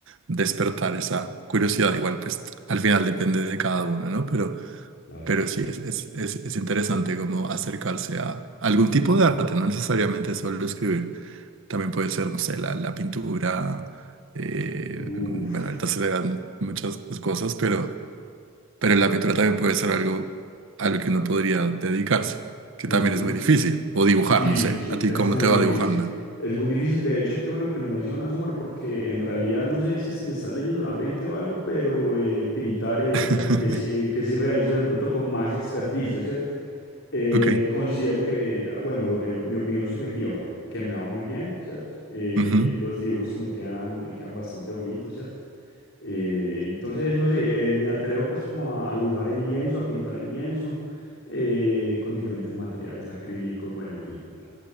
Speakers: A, on the right; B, on the left.
A: despertar esa curiosidad. Igual, pues al final depende de cada uno, ¿no? Pero,
B: Claro.
A: pero sí, es, es, es, es interesante como acercarse a algún tipo de arte, no necesariamente solo escribir. También puede ser, no sé, la, la pintura. eh,
B: Uf.
A: bueno, ahorita se le dan muchas cosas, pero, pero la pintura también puede ser algo a lo que uno podría dedicarse, que
B: ujú.
A: también es muy difícil. O dibujar,
B: Sí,
A: no sé.
B: sí,
A: ¿A ti
B: es
A: cómo
B: muy
A: te
B: difícil.
A: va dibujando?
B: Es muy difícil, de hecho, qué bueno que lo mencionas, Omar, porque en realidad no sé si es que me estás leyendo la mente o algo, pero eh, pintar eh,
A: <laughs>
B: es algo que sí, que sí realizo de pronto con más experticia, ¿cierto? Eh,
A: Ok.
B: considero que, ah, bueno, eh, mi opinión subjetiva, que me va muy bien, ¿cierto? Eh,
A: Ujú.
B: los dibujos que me quedan, me quedan bastante bonitos, ¿cierto? Eh, entonces, no sé, eh, me atrevo pues como a, a dibujar en lienzo, a pintar en lienzo eh, con diferentes materiales acrílicos, bueno, en fin, ya.